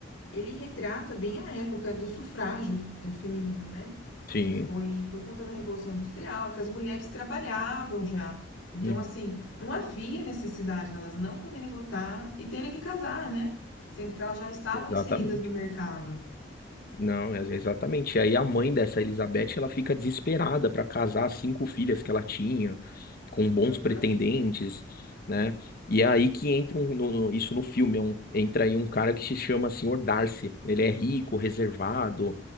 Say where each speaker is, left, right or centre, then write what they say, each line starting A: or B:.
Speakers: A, on the left (about 90°); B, on the left (about 50°).
A: ele retrata bem a época do sufrágio eh, feminino, né,
B: sim,
A: que foi por conta da Revolução Industrial, que as mulheres trabalhavam já. Então,
B: uhum,
A: assim, não havia necessidade delas não poderem votar e terem que casar, né, sendo que elas já estavam
B: exatamente.
A: inseridas no mercado.
B: Não, é- exatamente. E aí a mãe dessa Elizabeth, ela fica desesperada para casar as cinco filhas que ela tinha, com bons
A: Aham.
B: pretendentes, né? E é aí que entra um, no- no- isso no filme, é um- entra aí um cara que se chama Senhor Darcy. Ele é rico, reservado,